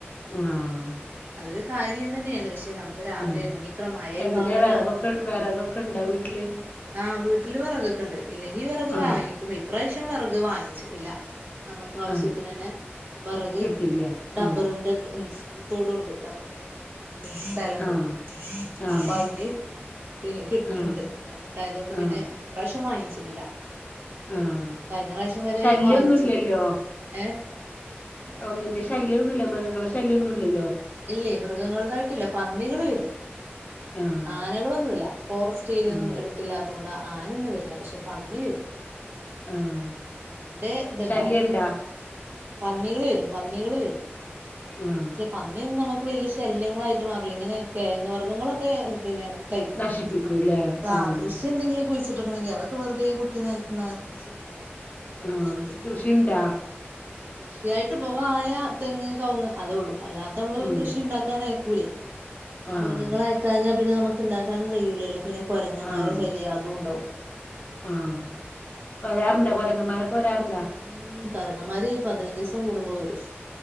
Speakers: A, on the left (about 40°); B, on the right (about 50°).
A: ങ്ആഹ്.
B: അതൊരു കാര്യം തന്യേ ണ് പക്ഷെ നമുക്ക്. ത് രാവിലെണീക്കണം
A: ആഹ്
B: മയെക്കെ
A: എങ്ങനെ
B: ആവുമ്പൊ
A: വെറകൊക്കെ
B: രാവിലെ.
A: വെറകൊക്കെ ഇണ്ടാ വീട്ടില്
B: ആഹ് വീട്ടില് വിറകൊക്കെ ഉണ്ട് ഇല്ലെങ്കി വിറക്
A: ആഹ്
B: വാങ്ങിക്കും ഇപ്രാവശ്യം വിറക് വാങ്ങിച്ചിട്ടില്ല നമുക്ക് ആവശ്യത്തിന്
A: ആഹ്
B: തന്നെ വിറക്
A: കിട്ടീല്ലേ
B: ഡബ്ബറുണ്ട്
A: ആഹ്
B: തോടുണ്ട് ഡബ്ബറിന്റെ ഓന്നായിട്ട് സ്ഥലണ്ട്
A: ആഹ് ആഹ്
B: അപ്പൊ അയില്. പിന്നെ കിട്ട്
A: ആഹ്
B: ഇണ്ട് അയില് ണ്ടായതോണ്ട്
A: ആഹ്
B: പിന്നെ ഇപ്രാവശ്യം വാങ്ങിച്ചിട്ടില്ല.
A: ആഹ്
B: കഴി ഞ്ഞ പ്രാവശ്യം വരെ
A: ശല്യൊന്നുല്ലല്ലോ
B: വാങ്ങിച്ച് ഏഹ്.
A: ഒന്നിന്റെ ശല്യന്നുല്ല മൃഗങ്ങളെ ശല്യൊന്നുല്ലല്ലോ.
B: ഇല്ലേയ് മൃഗങ്ങളതായിട്ടില്ല. പന്നികള് വരും.
A: ആഹ്
B: ആനകളൊന്നൂല്ല ഫോറസ്റ്റ് ഏരിയൊന്നും
A: ആഹ്
B: എട്ത്തില്ലാത്തോണ്ട് ആനയൊന്നും വരില്ല പക്ഷെ പന്നി വരും.
A: ആഹ്
B: പന്നിന്റെത്ണ്ടാവും
A: ശല്യണ്ടാ
B: പന്നികള് വരും, പന്നികള് വരും.
A: ആ.,..
B: പന്നി ഒന്നും നമുക്ക് വലിയ ശല്യങ്ങളായിട്ട് മാറില്ല ഇങ്ങനെ കെയങ് വർഗ്ഗങ്ങളൊക്കെ പിന്നെ <unintelligible>
A: നശിപ്പിക്കൂല്ലേ
B: ആ
A: ആഹ്
B: കൃഷി എന്തെങ്കിലും കുഴിച്ചിട്ടക്കണെങ്കിൽ അത് വെറുതെ കുത്തി ന നശിപ്പിച്ച് പോവും
A: ആഹ്
B: നശിപ്പിച്ചു പോവും
A: കൃഷി ഇണ്ടാ
B: കൃഷിയായിട്ട് പ്പോ വായ തെങ്ങ് കവുങ്ങ് അതൊള്ളൂ. അല്ലാത്ത നമ്മള്
A: ഉം
B: കൃഷി ഉണ്ടാക്കാനായിക് ഈ
A: ആഹ്
B: മൃഗങ്ങൾ ആയിക്കഴിഞ്ഞാൽ പിന്നെ നമുക്ക് ഇണ്ടാക്കാനും കഴിയൂല്ലല്ലോ പിന്നെ കൊരങ്ങമ്മാരെ
A: ആഹ്
B: ശല്യം അതുംണ്ടാവും.
A: ആഹ് വരാറുണ്ടോ കൊരങ്ങമ്മാരൊക്കെ വരാറുണ്ടോ
B: ഉം കറങ്ങന്മാര് പതിനഞ്ച് ദിവസം കൂടുമ്പോ വരും